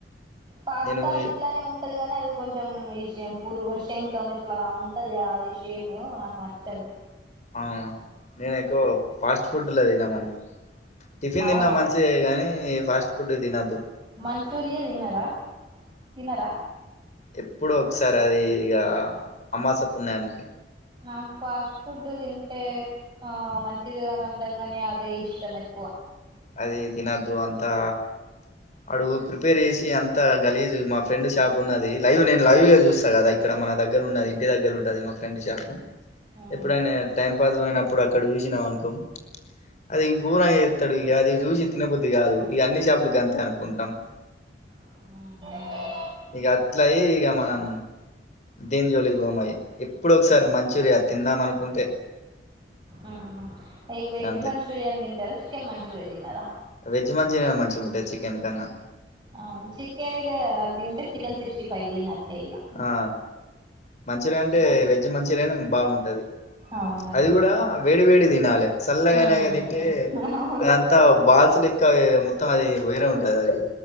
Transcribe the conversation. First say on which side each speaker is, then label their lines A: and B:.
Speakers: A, on the right; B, on the left.
A: పాస్తా
B: నేను ఈ-
A: ఇట్లానే ఉం ఉంటది కాని అది కొంచెం ఇష్ పురు శంఖం ఇట్లా ఉ టది అది షేపు నాకు నచ్చదు
B: అవున నేను ఎక్కువ ఫాస్ట్ ఫుడ్ లే తినమండి టిఫిన్
A: అవునా
B: తిన్నా మంచిదే గానీ ఫాస్ట్ ఫుడ్ తినద్దు
A: మంచూరియ తిన్నార తినరా
B: ఎప్పుడో ఒకసారి అది ఇగ అమాస పున్నానికి
A: నాకు ఫాస్ట్ ఫుడ్ తింటే ఆ మంచిది కాదంటంగాని నాకు అదే ఇష్టం ఎక్కువ
B: అది తినద్దు అంతా అడు ప్రిపేర్ చేసి అంత గలీజ మా ఫ్రెండ్ షాప్ ఉన్నది లైవ్ నేను లైవ్ గా చూస్తా కదా ఇక్కడ మన దగ్ దగ్గర ఉన్నది ఇంటి దగ్గర ఉంటది మా ఫ్రెండ్ షాపు
A: ఉమ్
B: ఎప్పుడైనా టైం పాస్ పోయినపుడు ప్పు అక్కడ చూసిన వనుకో అది గోరంగ ఎత్తడు ఇగ అది చూసి తినబొద్ది కాదు ఇగ అన్ని షాప్ లు గంతే అనుకుంటాం
A: ఊహు
B: ఇగ అట్లాయి ఇక మనం దీన్ జోలికి గోమయి ఎప్పుడో ఒకసారి మంచూరియా తిందామనుకుంటే
A: ఊహు ఈ వెజ్
B: అంతే
A: మంచూరియన్ తింటారా చికెన్ మంచూరియా తిన్నారా
B: వెజ్ మంచూరియన్ మంచిగా ఉంటది చికెన్ కన్నా
A: ఆవును చికెన్ ఇగ అది తింటె చికెన్ సిక్స్టీ ఫైవ్ దినట్టే ఇగ
B: ఆ మంచిర్ అంటే
A: మంచ్
B: వెజ్ మంచిర్నే బాగుంటది
A: అవునవును
B: అది కూడా వేడి వేడి తినాలి సల్లగయ్
A: మ్మ్
B: నాక తింటే
A: అవును
B: అదంతా బాల్స్ లేక్ కా అది మొత్తం అది వెరే ఉంటది అది